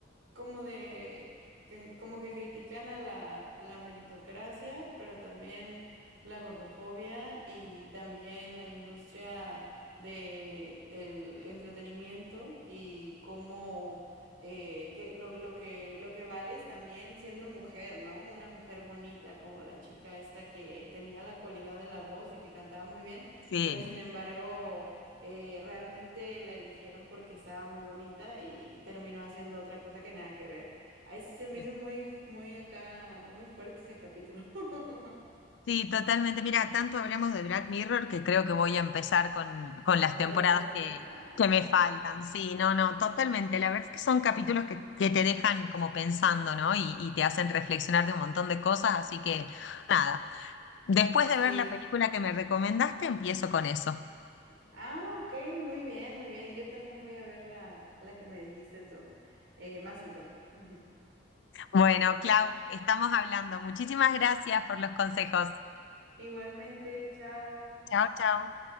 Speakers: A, on the right; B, on the left.
A: como de que como que critican a la, la meritocracia, pero también la gordofobia y también la industria de el entretenimiento y cómo eh, que lo, lo que lo que vale es también siendo mujer, ¿no? Una mujer bonita como la chica esta que tenía la cualidad de la voz, de que cantaba muy bien,
B: sí.
A: pero sin embargo eh, realmente la eligieron porque estaba muy bonita y terminó haciendo otra cosa que nada que ver. Ahí sí se me
B: Sí.
A: hizo muy, muy acá, muy fuerte ese capítulo. <laughs>
B: Sí, totalmente. Mira, tanto hablamos de Black Mirror que creo que voy a empezar con, con las
A: Con
B: temporadas
A: la séptima.
B: que,
A: Ah,
B: que me faltan. Sí, no, no, totalmente. La verdad es que son capítulos que, que te dejan como pensando, ¿no? Y, y te hacen reflexionar de un montón de cosas, así que nada. Después
A: sí.
B: de ver la película que me recomendaste, empiezo con eso.
A: Ah, ok, muy bien, muy bien. Yo también voy a ver la, la que me dijiste tú. Eh, Mazel Tov. Ujú.
B: Bueno, Clau, estamos hablando. Muchísimas gracias por los consejos.
A: Igualmente, chao.
B: Chao, chao.